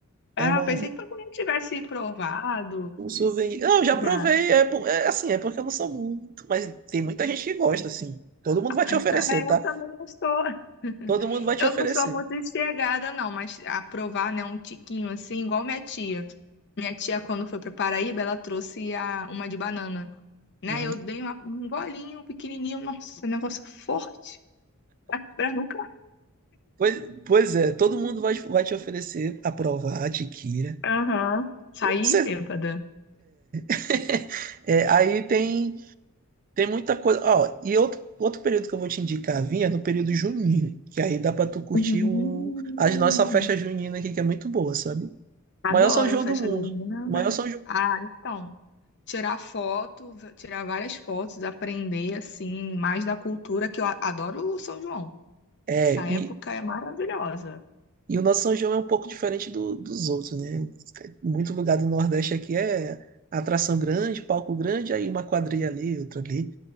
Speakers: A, on the left; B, on the right.
A: ah,
B: É uma,
A: eu pensei que todo mundo tivesse provado
B: um souvenir. Não, eu já provei,
A: já.
B: é, bo- é assim, é porque eu não sou muito, mas tem muita gente que gosta, assim. Todo mundo
A: Ah,
B: vai te oferecer,
A: então, é,
B: tá?
A: eu também não estou. <laughs>
B: Todo mundo vai te
A: Eu
B: oferecer.
A: não sou muito chegada, não, mas aprovar, né, um tiquinho assim, igual minha tia. Minha tia, quando foi pra Paraíba, ela trouxe a, uma de banana, né?
B: Uhum.
A: Eu dei uma- um golinho pequenininho, nossa, um negócio forte, <laughs> pra, nunca
B: Pois, pois é, todo mundo vai, vai te oferecer a provar a tiqueira.
A: Aham. sair
B: Você-
A: bêbada.
B: <laughs> é, aí tem Tem muita coisa. Ó, e outro, outro período que eu vou te indicar, vinha é no período junino, que aí dá pra tu curtir
A: Hum,
B: o... as nossa festa junina aqui, que é muito boa, sabe?
A: adoro
B: maior São João
A: festa
B: do mundo.
A: junina.
B: maior
A: né?
B: São João.
A: Ah, então, tirar foto, v- tirar várias fotos, aprender assim mais da cultura que eu a- adoro o São João.
B: É,
A: Essa época
B: e,
A: é maravilhosa.
B: e o nosso São João é um pouco diferente do- dos outros, né? Muito lugar do Nordeste aqui é atração grande, palco grande, aí uma quadrilha ali, outra ali.